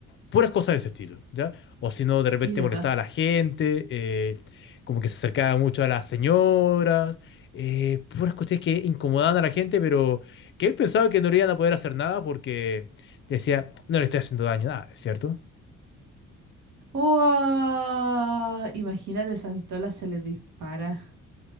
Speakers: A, on the left (about 40°); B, on the right (about 80°).
A: puras cosas de ese estilo, ¿ya? O si no, de repente
B: qué idiota.
A: molestaba a la gente, eh, como que se acercaba mucho a las señoras, eh, puras cuestiones que incomodaban a la gente, pero que él pensaba que no le iban a poder hacer nada porque decía, no le estoy haciendo daño, nada, ¿cierto?
B: Uah, Imagínate, esa pistola se le dispara.